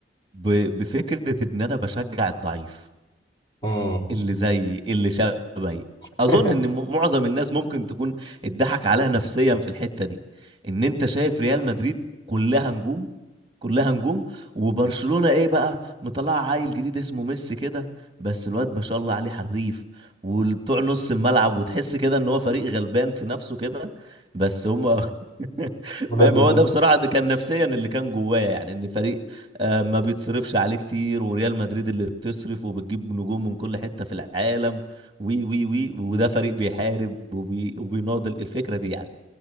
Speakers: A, on the right (about 25°); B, on the left (about 20°).
A: ب... بفكرة ان انا بشجع الضعيف
B: امم
A: اللي زي اللي شبهي
B: <laughs>
A: اظن ان م- معظم الناس ممكن تكون اتضحك عليها نفسيا في الحتة دي ان انت شايف ريال مدريد كلها نجوم كلها نجوم وبرشلونة ايه بقى مطلعه عيل جديد اسمه ميسي كده بس الواد ما شاء الله عليه حريف وبتوع نص الملعب وتحس كده ان هو فريق غلبان في نفسه كده بس هم <laughs>
B: ولاد
A: فاهم
B: لذيذ.
A: هو ده بصراحة ده كان نفسيا اللي كان جوايا يعني ان فريق آه، ما بيتصرفش عليه كتير وريال مدريد اللي بتصرف وبتجيب نجوم من كل حتة في العالم وي وي وي وده فريق بيحارب وبي وبيناضل الفكرة دي يعني